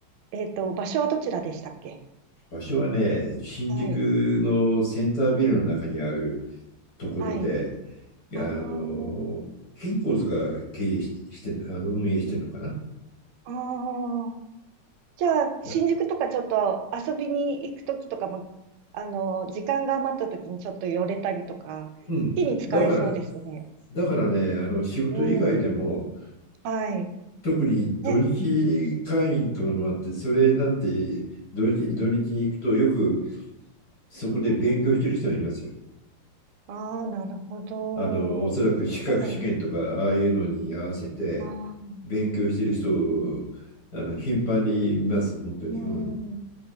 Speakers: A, on the right; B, on the left.
A: えっと、場所はどちらでしたっけ
B: 場所はね、新宿のセンタービルの中にある
A: はい。
B: ところで、
A: はい。ああ、
B: あの、キンコーズが経営し、してん、あの、運営してるのかな。
A: ああ。じゃあ、新宿とかちょっと遊びに行くときとかも、
B: いや、
A: あの、時間が余ったときにちょっと寄れたりとか、好きに使えそうですね。
B: うん。だから、だからね、あの、仕事以外でも、
A: うん。はい。
B: 特に土日会員というのがあって、
A: ね。
B: それなんて土日、土日に行くとよくそこで勉強してる人がいますよ。
A: うんああー、なるほど。
B: あの、おそらく資格試験とかああいうのに合わせて
A: はい。ああ。
B: 勉強してる人をあの頻繁に見ます、
A: うん。
B: 本当に。
A: う
B: うん。
A: ん